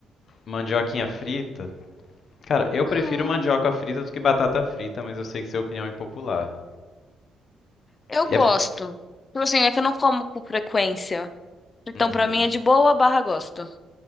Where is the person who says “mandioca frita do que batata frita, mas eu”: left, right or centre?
Left